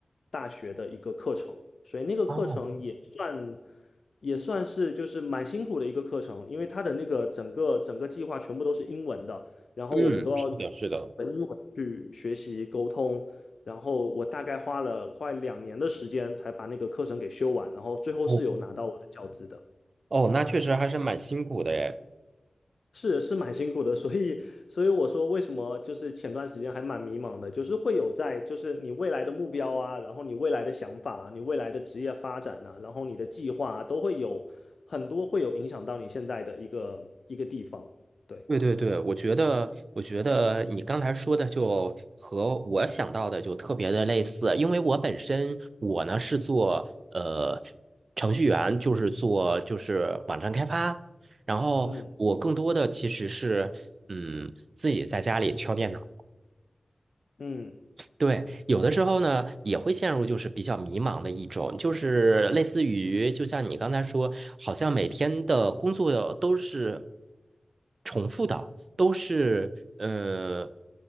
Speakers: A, on the left; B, on the right.
A: 大学的一个课程，所以那个课程也算
B: 哦，
A: 也算是就是蛮辛苦的一个课程，因为它的那个整个整个计划全部都是英文的，然后我们都要用
B: 嗯，是的，是的。
A: 英文去学习沟通，然后我大概花了快两年的时间才把那个课程给修完，然后最后是有拿到我的教资的。
B: 哦，哦，那确实还是蛮辛苦的诶。
A: 是是蛮辛苦的，<laughs> 所以所以我说为什么就是前段时间还蛮迷茫的，就是会有在就是你未来的目标啊，然后你未来的想法啊，你未来的职业发展呐、然后你的计划啊，都会有很多会有影响到你现在的一个一个地方。对，
B: 对对对，我觉得，我觉得你刚才说的就和我想到的就特别的类似，因为我本身我呢是做呃程序员，就是做就是网站开发，然后我更多的其实是嗯自己在家里敲电脑。
A: 嗯嗯，
B: 对，有的时候呢也会陷入就是比较迷茫的一种，就是类似于就像你刚才说，好像每天的工作都是重复的，都是呃，